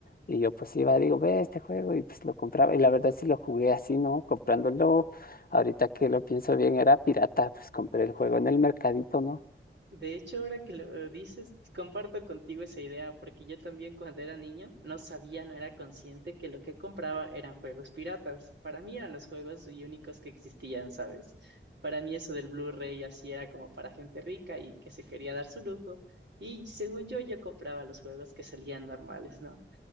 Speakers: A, on the left; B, on the right.
A: Y yo pues iba, digo, ve este juego y pues lo compraba. Y la verdad sí lo jugué así, ¿no? Comprándolo. Ahorita que lo pienso bien, era pirata, pues compré el juego en el mercadito, ¿no?
B: De hecho, ahora que lo dices, comparto contigo esa idea, porque yo también cuando era niño no sabía, no era consciente que lo que compraba eran juegos piratas. Para mí eran los juegos y únicos que existían, ¿sabes? Para mí eso del Blu-ray así era como para gente rica y que se quería dar su lujo. Y según yo, yo compraba los juegos que salían normales, ¿no?